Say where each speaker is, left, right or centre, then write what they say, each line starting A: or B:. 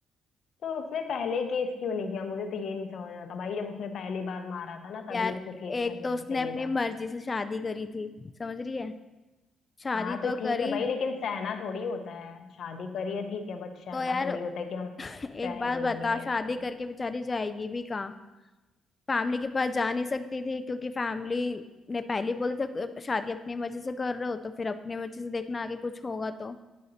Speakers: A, on the left; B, on the left.
A: तो उसने पहले केस क्यों नहीं किया मुझे तो ये नहीं समझ रहा था भाई जब उसने पहली बार मारा था ना
B: यार
A: तभी उसको केस
B: एक
A: कर देना
B: तो उसने
A: चाहिए
B: अपनी
A: था
B: मर्जी से शादी करी थी समझ रही है शादी
A: हाँ तो
B: तो
A: ठीक
B: करी
A: है भाई लेकिन सहना थोड़ी होता है शादी करी है ठीक है बट सहना
B: तो यार
A: थोड़ी होता है कि हम
B: एक
A: सह
B: बात
A: लेंगे
B: बता शादी
A: ऐसा
B: करके बेचारी जाएगी भी कहाँ फैमिली के पास जा नहीं सकती थी क्योंकि फैमिली ने पहले ही बोला था "अ, शादी अपने मर्जी से कर रहे हो तो फिर अपने मर्जी से देखना आगे कुछ होगा तो